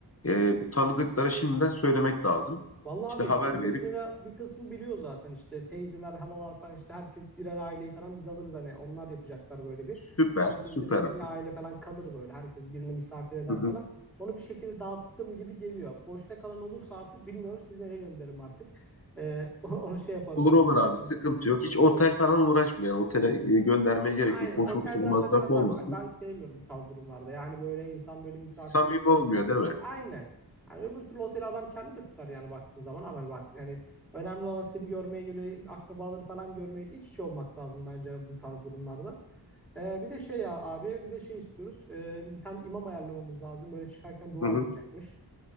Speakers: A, on the left; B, in the centre.
A: E, tanıdıklara şimdiden söylemek lazım.
B: Vallahi
A: İşte
B: abi
A: haber
B: bir kısmıyla
A: verip
B: bir kısmı biliyor zaten işte teyzeler, halalar falan işte herkes birer aileyi falan biz alırız hani onlar yapacaklar böyle bir.
A: süper,
B: Herkes
A: süper.
B: de bir, bir aile falan kalır böyle. Herkes birini misafir eder
A: Hı hı.
B: falan. Onu bir şekilde dağıttım gibi geliyor. Boşta kalan olursa artık bilmiyorum siz nereye gönderirim artık. Ee, <laughs> onu şey yaparım
A: Olur
B: artık
A: olur
B: sana
A: abi
B: gönderirim.
A: sıkıntı yok. Hiç otel falan uğraşmayalım. Otele e, göndermeye gerek
B: Aynen.
A: yok. Boşu
B: Otel
A: boşuna
B: zaten
A: masraf
B: biraz
A: olmasın.
B: abi ay ben sevmiyorum bu tarz durumlarda. Yani böyle insan böyle misafirlik
A: Samimi olmuyor
B: içeride.
A: değil mi?
B: Aynen. Yani öbür türlü oteli adam kendi de tutar yani baktığın zaman ama hani bak yani önemli olan seni görmeye geliyor, akrabaları falan görmeye iç içe olmak lazım bence yani bu tarz durumlarda. Ee, bir de şey ya abi bir de şey istiyoruz. Ee, bir tane imam ayarlamamız lazım. Böyle çıkarken dua
A: Hı hı.
B: okuyacakmış.